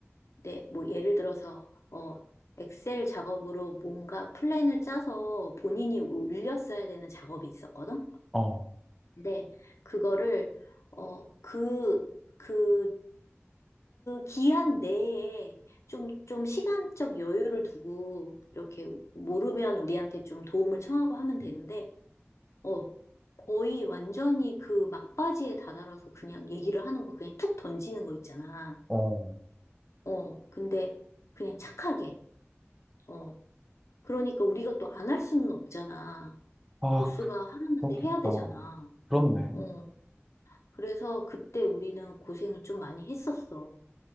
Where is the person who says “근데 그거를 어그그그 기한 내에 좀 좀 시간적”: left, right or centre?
Left